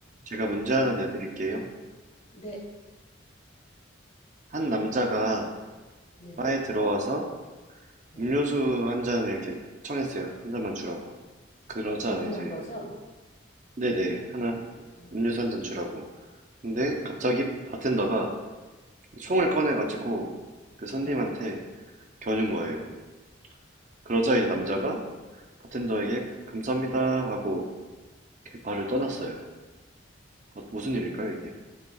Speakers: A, on the right (about 40°); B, on the left (about 35°).
A: 제가 문제 하나 내드릴게요.
B: 네,
A: 한 남자가
B: 네,
A: 바에 들어와서
B: 네.
A: 음료수 한 잔을 이렇게 청했어요. 한 잔만 주라고. 그러자
B: 주문한
A: 이제
B: 거죠?
A: 네네 하나
B: 음,
A: 음료수 한 잔 주라고. 근데
B: 네,
A: 갑자기 바텐더가 총을 꺼내가지고 그 손님한테
B: 네.
A: 겨눈 거예요. 그러자 이제 남자가 바텐더에게 감사합니다 하고 그 바를 떠났어요. 어, 무슨 일일까요, 이게?